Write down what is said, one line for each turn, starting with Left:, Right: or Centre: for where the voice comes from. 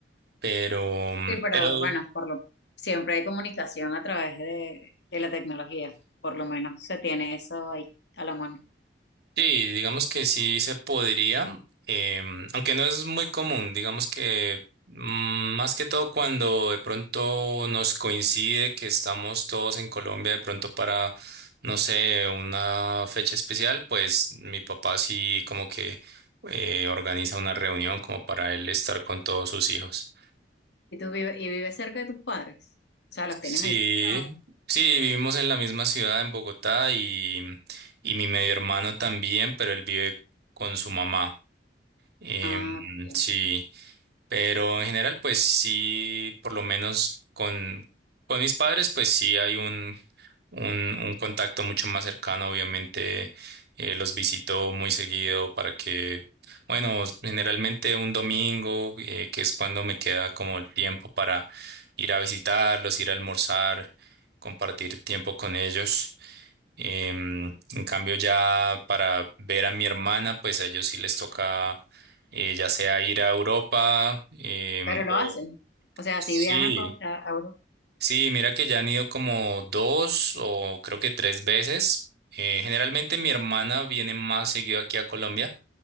Right: Pero, mm,
Left: Sí, pero
Right: pero
Left: bueno, por lo, siempre hay comunicación a través de, de la tecnología. Por lo menos se tiene eso ahí a la mano.
Right: Sí, digamos que sí se podría, em, aunque no es muy común, digamos que mm, más que todo cuando de pronto nos coincide que estamos todos en Colombia de pronto para, no sé, una fecha especial, pues mi papá sí como que eh, organiza una reunión como para él estar con todos sus hijos.
Left: ¿Y tú vives, y vives cerca de tus padres? O sea,
Right: Sí,
Left: los tienes ahí cerca.
Right: sí, vivimos en la misma ciudad, en Bogotá, y, y mi medio hermano también, pero él vive con su mamá. Em,
Left: Ah, ok.
Right: sí, pero en general, pues sí, por lo menos con, con mis padres, pues sí hay un, un, un contacto mucho más cercano, obviamente eh, los visito muy seguido para que, bueno, generalmente un domingo, eh, que es cuando me queda como el tiempo para ir a visitarlos, ir a almorzar, compartir tiempo con ellos. Em, en cambio, ya para ver a mi hermana, pues a ellos sí les toca eh, ya sea ir a Europa em,
Left: Pero lo
Right: o
Left: hacen. O sea,
Right: sí,
Left: si viajan con, a a Europa,
Right: sí, mira que ya han ido como dos o creo que tres veces. Eh, generalmente mi hermana viene más seguido aquí a Colombia,